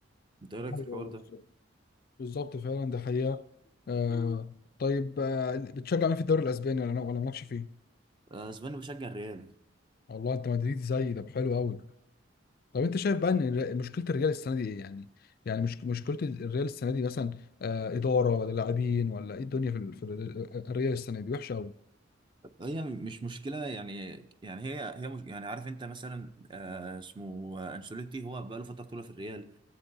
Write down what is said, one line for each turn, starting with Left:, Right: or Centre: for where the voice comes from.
Right: انت ايه رايك
Left: ايوه
Right: في الحوار
Left: بالظبط
Right: ده؟
Left: بالظبط فعلا ده حقيقه آه طيب آه بتشجع مين في الدوري الاسباني ولا ولا مالكش فيه؟
Right: آه، اسباني بشجع الريال
Left: والله انت مدريدي زي ده حلو قوي طب انت شايف بقى ان الر- مشكله الريال السنه دي ايه يعني يعني مش مشكله الريال السنه دي مثلا آه اداره ولا لاعبين ولا ايه الدنيا في ال- في ال- آه، الريال السنه دي وحشه قوي
Right: هي مش مشكلة يعني يعني هي هي مش يعني عارف انت مثلا آه اسمه آه، انشيلوتي هو بقى له فترة طويلة في الريال